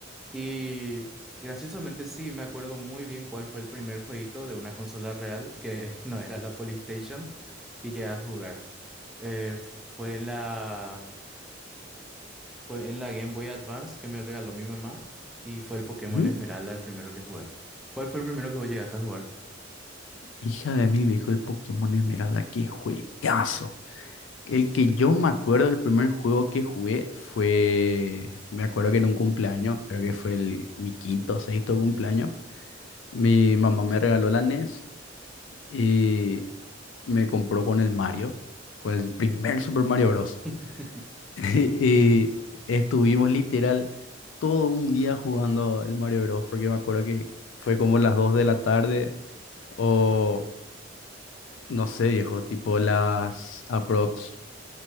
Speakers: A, in the centre; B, on the left.
A: Y graciosamente sí, me acuerdo muy bien cuál fue el primer jueguito de una consola real, que <laughs> no era la PlayStation, que llegué a jugar. Eh, f- fue en la, fue en la Game Boy Advance que me regaló mi mamá y fue el Pokémon
B: Ujú.
A: Esmeralda el primero que jugué. ¿Cuál fue el primero que vos llegaste a jugar?
B: Hija de mil viejo, el Pokémon Esmeralda, qué juegazo. El que yo me acuerdo, el primer juego que jugué fue, me acuerdo que en un cumpleaños, creo que fue el, mi quinto o sexto cumpleaños, mi mamá me regaló la NES y me compró con el Mario, con el primer Super Mario Bros.
A: <laughs>
B: <laughs> Y estuvimos literal todo un día jugando el Mario Bros. porque me acuerdo que fue como las 2 de la tarde o No sé, viejo, tipo las aprox,